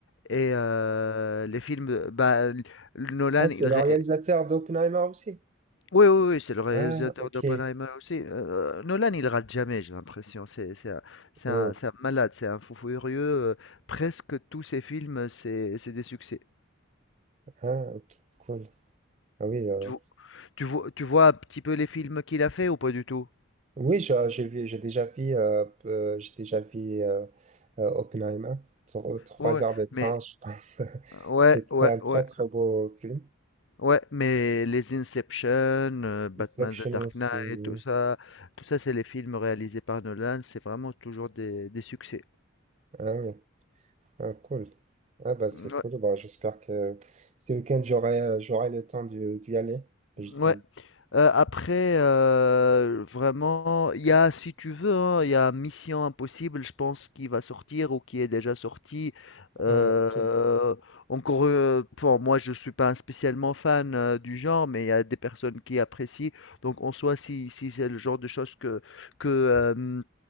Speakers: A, on the left; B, on the right.
A: Et euh, les films, bah, Nolan,
B: Ah, c'est
A: il, ré-
B: le réalisateur d'Oppenheimer aussi.
A: oui, oui, oui, c'est le réalisateur
B: Ah, ok.
A: d'Oppenheimer aussi. Euh, Nolan, il rate jamais, j'ai l'impression. C'est c'est un, c'est
B: Hum,
A: un- c'est un malade, c'est un fou furieux. euh, presque tous ses films, c'est c'est des succès.
B: Ah, ok, cool. Ah oui, euh,
A: Tu, vo- tu vois, tu vois un petit peu les films qu'il a fait ou pas du tout?
B: oui, je- j'ai vu, j'ai déjà vu, euh, euh, j'ai déjà vu euh, euh, Oppenheimer. Tro- Trois
A: Ouais, ouais,
B: heures de temps,
A: mais
B: je pense. <laughs>
A: ouais,
B: C'était très-
A: ouais,
B: un très
A: ouais,
B: très beau film.
A: ouais, mais les Inception, euh, Batman
B: Inception
A: The Dark
B: aussi.
A: Knight,
B: oui.
A: tout ça, tout ça, c'est les films réalisés par Nolan. C'est vraiment toujours des, des succès.
B: Ah oui, ah, cool. Ah bah
A: Ouais.
B: c'est cool. Bah, j'espère que ce week-end j'aurai euh, j'aurai le temps d'y d'y aller. Je dis.
A: Ouais. Euh, après, euh, vraiment, il y a, si tu veux, hein, il y a Mission Impossible, je pense, qui va sortir ou qui est déjà sorti.
B: Ah
A: Euh,
B: ok.
A: encore, euh, bon, moi, je suis pas un spécialement fan euh, du genre, mais il y a des personnes qui apprécient. Donc, en soi, si, si c'est le genre de choses que, que, euh,